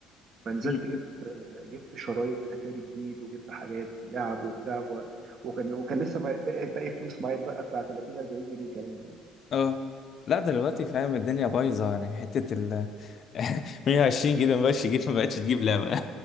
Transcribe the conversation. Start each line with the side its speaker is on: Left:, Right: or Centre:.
Right: فنزلت
Left: <laughs>
Right: جبت جبت شرايط اتاري جديد وجبت حاجات لعب وبتاع و- وكان وكان لسه ما- باقي باقي فلوس معايا بقى بتاع 30 40 جنيه كمان يعني
Left: اه لا دلوقتي
Right: اه
Left: فاهم الدنيا بايظه يعني حته ال <laughs> 120 جيجا ما بقتش تجيب ما بقتش تجيب لعبه